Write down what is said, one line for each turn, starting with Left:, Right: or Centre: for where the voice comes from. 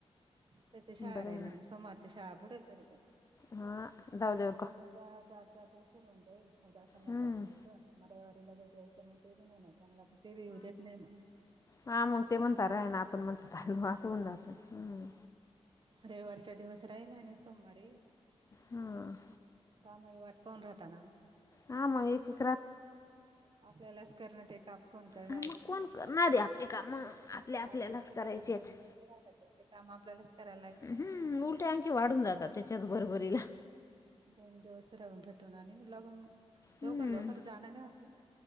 Right: त्याची शाळा
Left: बरं
Right: राहील
Left: आहे
Right: ना, म सोमारच्या शाळा बुडेल तरी त्याची.
Left: हा, जाऊद्या व
Right: पण उद्या जात जात त ऊशीर होऊन जाईल, उद्या संध्याकाळी
Left: हम्म
Right: जायचं, म रयवारी लगेज यायचं म ते बी नाई ना चांगला ते बी येऊ देत नाई म.
Left: हा मग ते म्हणता र्हायना आपण म्हणतो चाल्लो असं होऊन जातं,, ऊं.
Right: रईवारच्या दिवस राहिल आणि सोम्मारी येईल ब्वा.
Left: हां.
Right: कामई वाट पाऊन राहताना म.
Left: हा म एक एक्
Right: आपल्यालाच करणय ते काम. कोन करणारे,,
Left: हां मग कोण करणार आहे आपली कामं आपल्या
Right: चार
Left: आपल्यालाच
Right: दिवसबी रायलं
Left: करायचे
Right: न दोन
Left: आहेत
Right: दिवसबी राहिलं तरी ते काम आपल्यालाच करायला लागेल.
Left: हम्मं उलट्यां आणंखी वाढूंन जातांत त्यांच्याच
Right: अच्छा
Left: बरोबरीलां
Right: हा दोन दिवसं राहूंन भेटूंन आणि यीऊंन लागुं मगं
Left: हम्म
Right: लवकरं लवकरं जाणं नाई होतं ओ